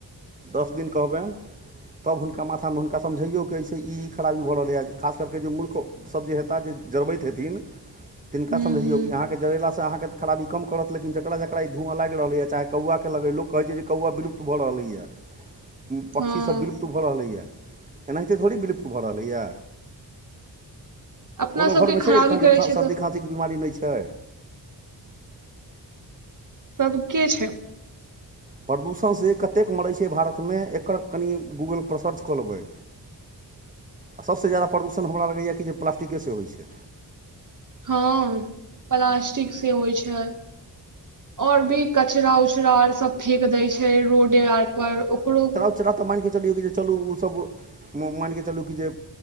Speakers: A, on the right; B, on the right.
A: दस दिन कहबेन तब हुनका माथा हुनका समझैयौ कि एहिस ई खराबी भऽ रहलैए खास कर कऽ जे मूर्ख सब जे हेता जे जरबैत हेथिन तिनका
B: हूँ
A: समझैयो
B: हूँ
A: जरेलाँ अहाँके खराबी कम करत लेकिन जकरा जकरा ई धुआँ ला्इग रहलै य चाहे कौआ के लगै लोक कहै छै जे कौआा विलुप्त भऽ रहलैए
B: <inaudible>
A: पक्षीसभ
B: हँ
A: विलुप्त भऽ रहलैए एनाहिते थोड़े विलुप्त भऽ रहलैए।
B: अपना
A: कोनो
B: सबके
A: घरमे
B: खराबी
A: छै एखन
B: करै
A: जे
B: छै
A: सर्दी
B: तऽ
A: खाँसीके बिमारी नै छै।
B: सबके छै।
A: प्रदूषणसँ कतेक मरै छै भारतमे एकर कनि गूगलपर सर्च कऽ लेबै। आ सभसँ जा्यदा प्रदूषण हमरा लगैए कि जे प्लास्टिकेसँ होइ छै।
B: हँ प्लास्टिक से होय छै। ओर भी कचराा उचरा आर सब फेेक दै छै रोडे आर पर ओकरो
A: कचड़ा तऽ मैन कऽ चलियौ कि जे चलू ओसभ मैन कऽ चलू कि जे